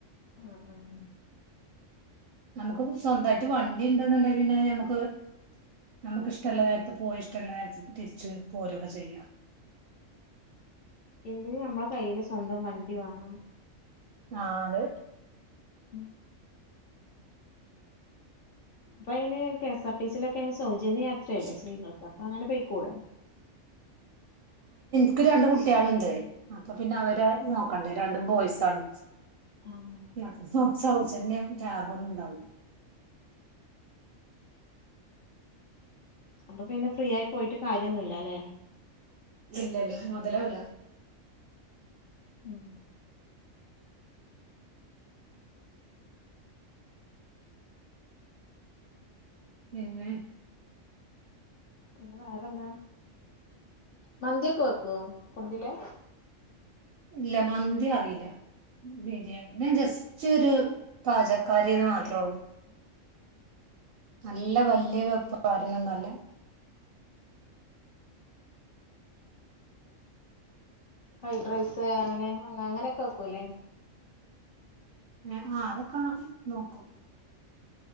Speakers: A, on the left; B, on the right.
A: ആഹ് ആഹ്
B: നമുക്കൊക്കെ സ്വന്തായിട്ട് വണ്ടിണ്ട്‌ന്ന്ണ്ടേ പിന്നെ ഞമ്മക്ക് നമുക്ക് ഇഷ്ടമുള്ള നേരത്ത് പോയി ഇഷ്ടമുള്ള നേരത്ത് തിരിച്ചു പോരൊക്കെ ചെയ്യാ
A: എന്തിനും ഞമ്മളെ കയ്യില് സ്വന്തം വണ്ടി വേണം
B: ആഹ് അതെ
A: ഉം പ്പൊയ്ന് K S R T C ലൊക്കയ്ന് സൗജന്യയാത്രയല്ലേ
B: അത്
A: സ്ത്രീകൾക്ക് അപ്പൊ അങ്ങനെ പോയ്ക്കൂടെ
B: ക്ക് രണ്ട്‌ കുട്ട്യാള്ണ്ട് അപ്പൊ പിന്നെ അവരെ നോക്കണ്ടേ രണ്ടും ബോയ്സാണ്
A: ആഹ്
B: യാത്ര സൗജന്യാണേലും ലാഭോന്നുണ്ടാവൂല
A: അപ്പൊ പിന്നെ ഫ്രീ ആയി പോയിട്ട് കാര്യൊന്നുല്ലലേ
B: ഇല്ലല്ല മുതലാവുല
A: ആഹ്
B: പിന്നെ
A: പിന്നെ വേറെന്താ മന്തിയൊക്കെ വെക്കുവോ ഫുഡില്
B: ഇല്ല മന്തി അറിയില്ല ബിരിയാണി ഞാൻ ജസ്റ്റ് ഒരു പാചക്കാരിന്ന് മാത്രള്ളൂ നല്ല വല്യ വെപ്പ് വരണൊന്നുംല്ല
A: ഫ്രൈഡ് റൈസ് അങ്ങനെ അങ്ങനെയൊക്കെ വെക്ക്‌ അല്ലേ
B: ആഹ് അതൊക്കെ നോക്കും